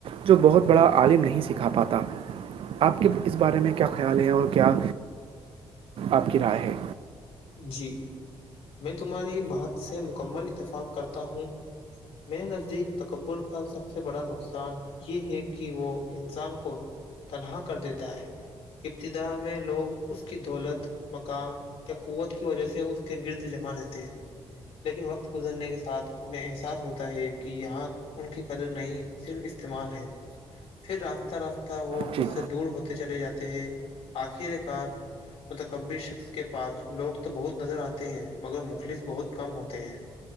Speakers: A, on the right; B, on the left.
A: جو بہت بڑا عالم نہیں سکھا پاتا آپ کے اس بارے میں کیا خیال ہیں اور کیا آپ کی رائے ہے
B: جی میں تمہاری بات سے مکمل اتفاق کرتا ہوں میں نزدیک تکبر کا سب سے بڑا نقصان یہ ہے کہ وہ انسان کو تنہا کر دیتا ہے ابتدا میں لوگ اس کی دولت مقام یا قوت کی وجہ سے اس کے گرد جمع رہتے ہیں لیکن وقت گزرنے کے ساتھ انہیں احساس ہوتا ہے کہ یہاں ان کی قدر نہیں صرف استعمال ہے پھر راستہ راستہ وہ
A: جی
B: اس سے دور ہوتے چلے جاتے ہیں آخر کار متقبر شخص کے پاس لوگ تو بہت نظر آتے ہیں مگر مخلص بہت کم ہوتے ہیں